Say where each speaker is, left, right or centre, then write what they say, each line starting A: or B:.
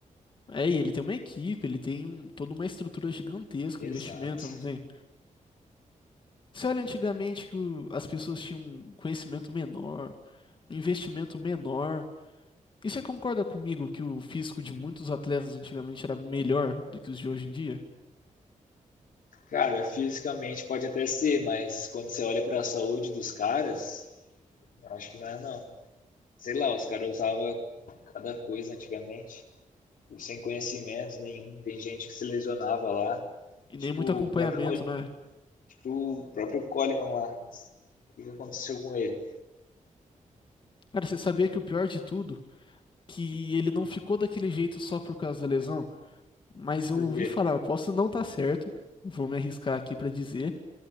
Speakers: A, on the left; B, on the left.
A: É, e ele tem uma equipe, ele tem um- toda uma estrutura gigantesca,
B: Exato.
A: um investimento, não tem? Você olha antigamente que o- as pessoas tinham um conhecimento menor, um investimento menor. E você concorda comigo que o físico de muitos atletas antigamente era melhor do que os de hoje em dia?
B: Cara, fisicamente pode até ser, mas quando você olha pra saúde dos caras, eu acho que não é não. sei lá, os caras usavam cada coisa antigamente, sem conhecimento nenhum. Tem gente que se lesionava lá.
A: E
B: Tipo,
A: nem muito acompanhamento,
B: o próprio,
A: né?
B: tipo, o próprio Coleman lá. O que, que aconteceu com ele?
A: Cara, você sabia que o pior de tudo, que ele não ficou daquele jeito só por causa da lesão? Mas eu
B: Por
A: ouvi
B: quê?
A: falar, posso não estar certo, vou me arriscar aqui pra dizer,